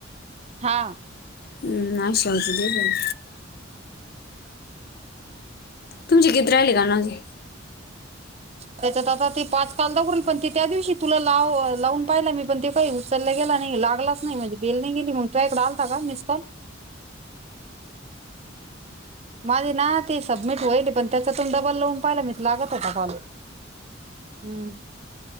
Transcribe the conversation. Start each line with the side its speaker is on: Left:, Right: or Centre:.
Right: हां
Left: हु.. आवसे आवसे देऊ जाऊन. तुमचे किती राहिले गाण अजून?
Right: त्याच्यात आता ते पाच पांदा पण ते त्या दिवशी तुला लाव.. लावून पाहिला मी पण ते काही उ उचला गेला नाही लागलाच नाही म्हणजे बेलने नाही गेली मग तोह्याकडं आलता का मिसकॉल? माझी ना ते सबमिट होईल पण त्याच्यातून डबल लावून पाहिलं मी लागत होता कॉल. हम्म